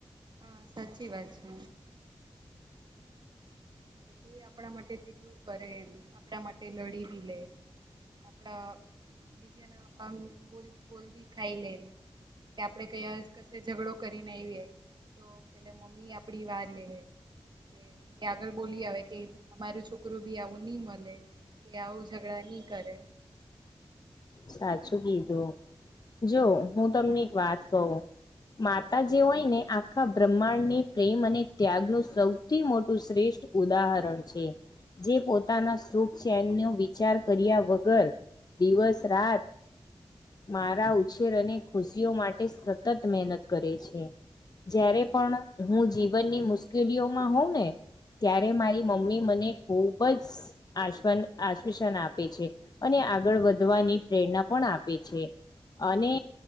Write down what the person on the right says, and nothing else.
હા સાચી વાત છે. એ આપણા માટે કેટલું કરે, આપણા માટે લડીવી લે. આપડા બીજાના આમ બોલ બોલવી ખાઈ લે. કે આપણેે કયા કશે ઝઘડો કરીને આવીએ. તો પેલા મમ્મી આપડી વાર લે કે એ આગળ બોલી આવે. કે અમારું છોકરું બી આવું ની મળે કે આવું ઝઘડા ની કરે.